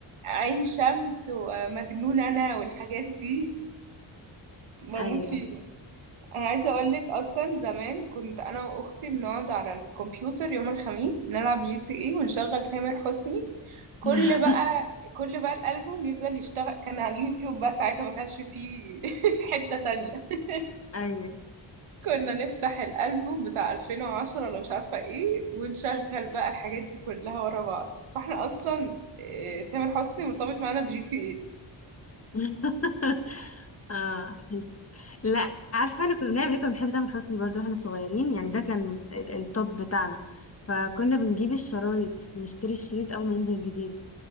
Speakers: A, on the right; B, on the left.
A: عين شمس ومجنون انا والحاجات دي بموت
B: ايوه
A: فيهم انا عايزه اقول لك اصلا زمان كنت انا واختي بنقعد على الكمبيوتر يوم الخميس نلعب جي تي اي ونشغل تامر حسني كل
B: <laughs>
A: بقى كل بقى الالبوم يفضل يشتغل كان على اليوتيوب بقى ساعتها ما كانش فيه <laughs> حته تانية <laughs>
B: ايوه
A: كنا نفتح الالبوم بتاع 2010 ولا مش عارفه ايه ونشغل بقى الحاجات دي كلها ورا بعض فاحنا اصلا آه، تامر حسني مرتبط معانا بجي تي اي
B: <laughs> اه حلو. لا عارفه انا كنا بنعمل ايه كنا بنحب تامر حسني برضو واحنا صغيرين يعني ده كان ال- التوب بتاعنا فكنا بنجيب الشرايط نشتري الشريط اول ما ينزل جديد